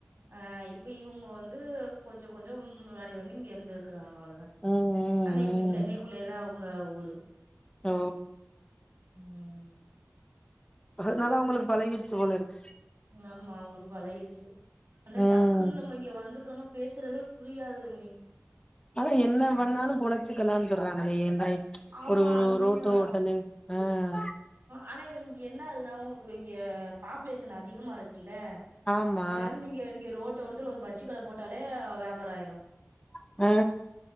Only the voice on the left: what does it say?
ம் ம்
ம்
ஓ
அதுனால அவுங்களுக்கு பழகிருச்சு போலருக்கு
ம்
ஆனா என்ன பண்ணாலும் பொழச்சுக்கலாங்குறாங்களே ஏங்க
ஒரு
ரோட்டு ஹோட்டலு ம்
ஆமா
ஆ